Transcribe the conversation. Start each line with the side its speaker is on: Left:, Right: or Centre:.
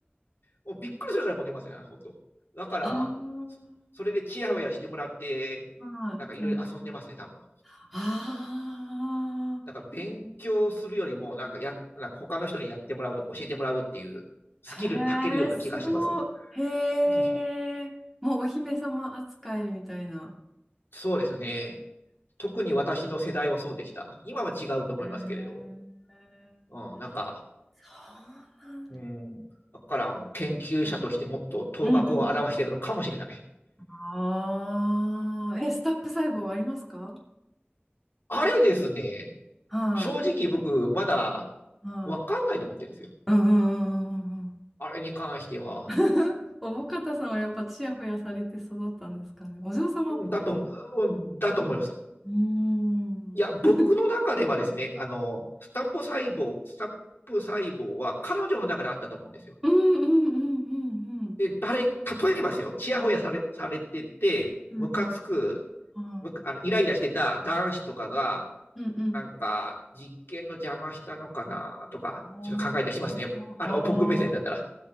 Left: もうびっくりするぐらいモテますよね、本当。だから、
Centre: あ
Left: そそれでチヤホヤしてもらって、
Centre: あ、はい。
Left: なんかいろいろ遊んでますね、
Centre: 天狗になって
Left: 多分。
Centre: ああ、
Left: なんか勉強するよりも、なんかや、なんか他の人にやってもらうとか教えてもらうっていうスキルに長けるような気がしますわ。
Centre: へえ、すごい。へえ、
Left: <laughs>
Centre: もうお姫様扱いみたいな。
Left: そうですね。特に私の世代はそうでした。今は違うと思いますけれど。
Centre: へえ、
Left: うん、なんか、
Centre: そうなん
Left: うん。だから研究者としてもっと頭角を表しているのかもしれない。
Centre: だ。うんうんうんああ、え、スタップ細胞ありますか
Left: <laughs> あれですね、
Centre: はい、
Left: 正直僕まだ
Centre: はい。
Left: わかんないと思ってるんですよ。
Centre: うんうんうんうんうん
Left: あれに関しては。
Centre: <laughs> おぼかたさんはやっぱちやほやされて育ったんですかね。お嬢様っぽいですね。
Left: だと、だと思います。
Centre: うーん。
Left: いや、僕の中ではですね、
Centre: うん
Left: あの、スタップ細胞、スタップ細胞は彼女の中であったと思うんですよ。
Centre: うんうんうんうん。
Left: で、誰、例えばですよ、ちやほやされ、されてて、
Centre: うんうん。
Left: ムカつく、
Centre: は
Left: むあの、イライラしてた男子とかが、
Centre: い。うんうん。
Left: なんか、実験の邪魔したのかなとか、
Centre: あーあ
Left: ちょっと考えたりしますね。あの、僕目線だったら。